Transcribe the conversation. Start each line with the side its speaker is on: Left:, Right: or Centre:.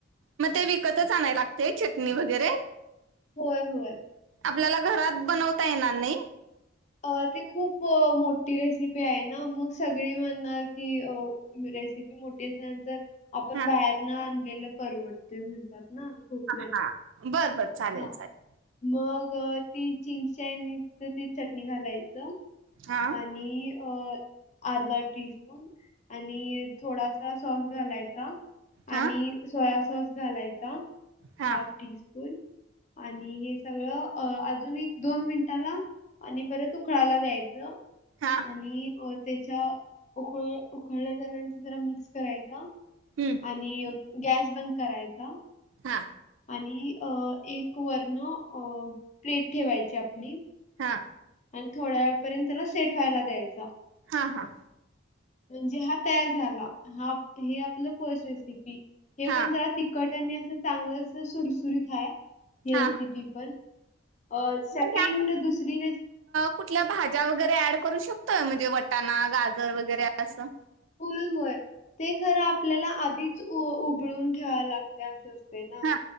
Right: मग ते विकतच आणाय लागतय चटणी वगैरे?
Left: होय होय.
Right: आपल्याला घरात बनवता येणार नाही?
Left: अ ती खूप मोठी रेसिपी आहे ना मग सगळी म्हणणार की अ रेसिपी मोठी असल्यानंतर आपण
Right: हा
Left: बाहेर न आणलेलं परवडते म्हणतात ना. खूप
Right: हा
Left: जण.
Right: हा, बर बर चालेल
Left: हां,
Right: चालेल.
Left: मग ती चिंग चायनीज ते चटणी घालायचं.
Right: हा
Left: आणि अ अर्धा टीस्पून आणि थोडासा सॉस घालायचा.
Right: हा
Left: आणि सोया सॉस घालायचा
Right: हा
Left: हाफ टी स्पून आणि हे सगळं अजून एक, दोन मिनिटाला आणि परत उकळाला द्यायचं.
Right: हा.
Left: आणि त्याच्या उक उकळल्या नंतर जरा मिक्स करायचा.
Right: हम्म.
Left: आणि गॅस बंद करायचा.
Right: हा
Left: आणि अ एक वरणं अ प्लेट ठेवायची आपली.
Right: हा
Left: आणि थोड्या वेळपर्यंत त्याला सेट व्हायला द्यायचा.
Right: हा हा
Left: म्हणजे हा तयार झाला हा हे आपलं पो रेसिपी हे
Right: हा
Left: पण जरा तिखट आणि असं चांगलं सुरसुरीत हाय ह
Right: हा
Left: रेसिपी पण अ
Right: म्हणजे
Left: सेकंड
Right: आपण,
Left: दुसरी रेस
Right: कुठल्या भाज्या वगैरे ऍड करू शकतोय म्हणजे वटाणा गाजर वगैरे असं.
Left: होय होय ते खरं आपल्याला आधीच उबळून ठेवायं लागते असं
Right: हा